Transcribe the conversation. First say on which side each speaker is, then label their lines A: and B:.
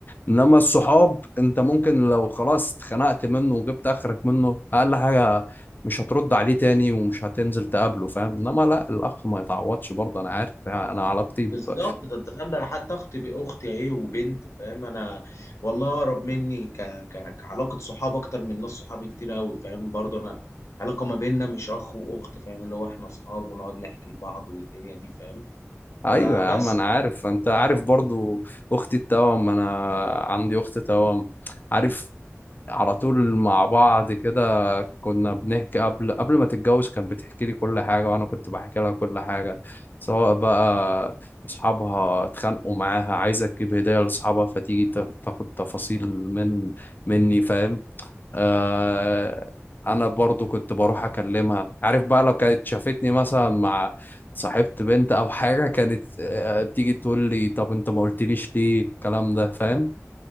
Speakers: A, on the left; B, on the left.
A: انما الصحاب انت ممكن لو خلاص اتخنقت منه وجبت اخرك منه اقل حاجه مش هترد عليه تاني ومش هتنزل تقابله فاهم انما لا الاخ ما يتعوضش برضه انا عارف يعني انا علاقتي ب...
B: بالظبط ده انت فاهم ده انا حتى اختي باختي اهي وبنت فاهم انا والله اقرب مني ك... ك... كعلاقه صحاب اكتر من ناس صحابي كتير قوي فاهم برضه انا علاقه ما بيننا مش اخ واخت فاهم اللي هو احنا اصحاب ونقعد نحكي لبعض والدنيا دي فاهم
A: ايوه
B: فبس
A: يا عم انا عارف انت عارف برضه اختي التوأم انا عندي اخت توأم عارف على طول مع بعض كده كنا بنحكي قبل قبل ما تتجوز كانت بتحكي لي كل حاجة وأنا كنت بحكي لها كل حاجة سواء بقى أصحابها اتخانقوا معاها عايزة تجيب هدية لأصحابها فتيجي تا- تاخد تفاصيل من مني فاهم آه أنا برضو كنت بروح أكلمها عارف بقى لو كانت شافتني مثلا مع صاحبت بنت أو حاجة كانت آه، تيجي تقول لي طب أنت ما قلتليش ليه الكلام ده فاهم